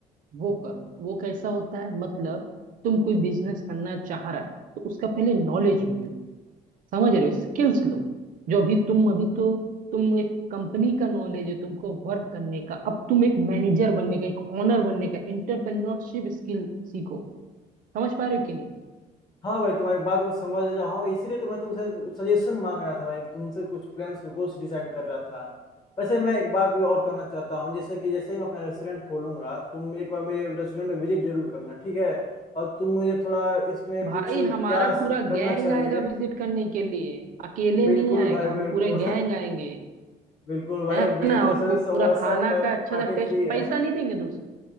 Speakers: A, on the right; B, on the left.
A: वो करो वो कैसा होता है मतलब तुम कोई बिजनेस करना चाह रहा है तो उसका पहले नॉलेज लो समझ रहे हो स्किल्स लो जो अभी तुम अभी तो तुम एक कंपनी का नॉलेज है तुमको वर्क करने का अब तुम एक मैनेजर बनने का एक ओनर बनने का एंटरप्रेन्योरशिप स्किल सीखो समझ पा रहे हो कि नहीं
B: हाँ भाई तुम्हारी बात को समझ रहा हूँ इसीलिए तो मैं तुमसे सजेशन मांग रहा था भाई तुमसे कुछ प्लान्स के गोल्स डिसाइड कर रहा था वैसे मैं एक बात भी और करना चाहता हूँ जैसे कि जैसे ही मैं अपना रेस्टोरेंट खोलूंगा तुम एक बार मेरे रेस्टोरेंट में विजिट जरूर करना ठीक है और तुम मुझे थोड़ा इसमें
A: भाई
B: कुछ क्या
A: हमारा
B: स-
A: पूरा
B: करना
A: गैंग
B: चाहिए
A: आएगा विजिट करने के लिए अकेले
B: बिल्कुल
A: नहीं आएगा
B: भाई
A: हम
B: बिल्कुल
A: पूरे गैंग आएंगे
B: <laughs> बिल्कुल भाई
A: है
B: अब मेरी
A: ना
B: तरफ
A: और
B: से
A: पू-
B: समोसा
A: पूरा खाना
B: पर,
A: का अच्छा
B: पार्टी
A: सा टेस्ट
B: फ्री है
A: पैसा नहीं देंगे दोस्त